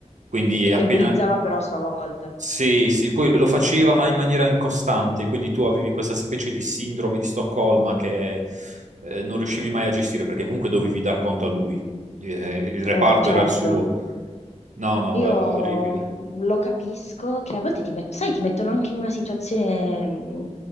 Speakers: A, on the right; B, on the left.
A: Quindi appena...
B: che bullizzava però a sua volta.
A: Sì, sì, poi lo faceva ma in maniera incostante, quindi tu avevi questa specie di sindrome di Stoccolma che eh, non riuscivi mai a gestire perché comunque dovevi dar conto a lui, Eh, il reparto
B: Eh, certo.
A: era il suo. No, no,
B: Io
A: è orribile.
B: lo capisco che a volte ti met- sai, ti mettono anche in una situazione mh,